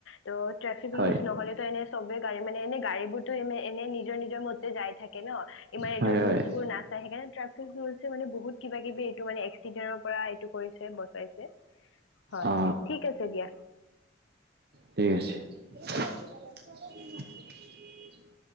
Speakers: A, on the left (about 85°); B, on the right (about 55°).
A: তো ট্ৰাফিক
B: হয়
A: ৰুলচ নহলেতো এনে চবে গাড়ী মানে এনে গাড়ী বোৰতো এনে - এনে নিজৰ নিজৰ মতে যাই থাকে ন। ইমান এইটো
B: হয়
A: ৰুলচ
B: হয়
A: বোৰ নাচাই সেইকাৰণে ট্ৰাফিক ৰুলছে মান বহুত কিবা কিবি এইটো মানে এক্স চিদেনৰ পৰা এইটো কৰিছে। বচাইছে। হয়।
B: অ
A: ঠিক আছে দিয়া।
B: ঠিক <inaudible>